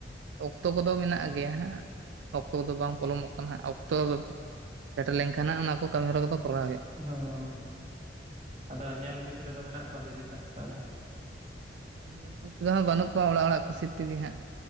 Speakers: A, on the right; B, on the right.
A: ᱚᱠᱛᱚ ᱠᱚᱫᱚ ᱢᱮᱱᱟᱜᱼᱟ ᱜᱮᱭᱟ ᱦᱟᱸᱜ ᱚᱠᱛᱚ ᱠᱚᱫᱚ ᱵᱟᱝ ᱯᱚᱞᱚᱢᱚᱜ ᱠᱟᱱᱟ ᱦᱟᱜ ᱚᱠᱛᱚ ᱥᱮᱴᱮᱨ ᱞᱮᱱᱠᱷᱟᱱ ᱦᱟᱜ ᱚᱱᱟ ᱠᱚ ᱠᱟᱹᱢᱤᱦᱚᱨᱟ ᱠᱚᱫᱚ ᱠᱚᱨᱟᱣ ᱦᱩᱭᱩᱜᱼᱟ
B: ᱚᱸ ᱟᱫᱚ ᱧᱮᱞ ᱵᱩᱡᱽ ᱨᱮᱫᱚ ᱢᱮᱱᱟᱜ ᱠᱚᱣᱟ ᱥᱮ ᱪᱮᱛᱟ ᱛᱟᱦᱞᱮ
A: ᱦᱮᱸ ᱧᱮᱞ ᱵᱩᱡᱽ ᱠᱚᱫᱚ ᱦᱟᱜ ᱵᱟᱹᱱᱩᱜ ᱠᱚᱣᱟ ᱚᱲᱟᱜ ᱚᱲᱟᱜ ᱠᱩᱥᱤ ᱛᱮᱜᱮ ᱦᱟᱸᱜ